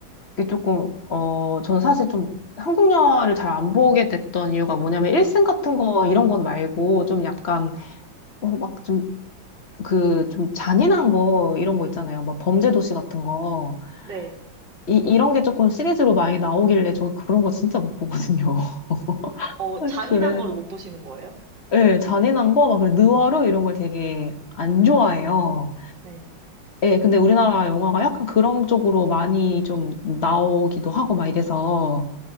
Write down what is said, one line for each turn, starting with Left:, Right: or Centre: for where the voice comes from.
Left: 이게 조금, 어, 저는 사실 좀 한국 영화를 잘 안 보게 됐던 이유가 뭐냐면, 일생 같은 거, 이런 건 말고, 좀 약간, 어, 막 좀, 그, 좀 잔인한 거, 이런 거 있잖아요. 막 범죄도시 같은 거.
Right: 네.
Left: 이, 이런 게 조금 시리즈로 많이 나오길래, 저 그런 거 진짜 못 보거든요. <laughs>
Right: 어,
Left: 아,
Right: 잔인한
Left: 그래.
Right: 거를 못 보시는 거예요?
Left: 예, 잔인한 거, 막, 그 느와르 이런 걸 되게 안 좋아해요.
Right: 네.
Left: 예, 근데 우리나라 영화가 약간 그런 쪽으로 많이 좀 나오기도 하고 막 이래서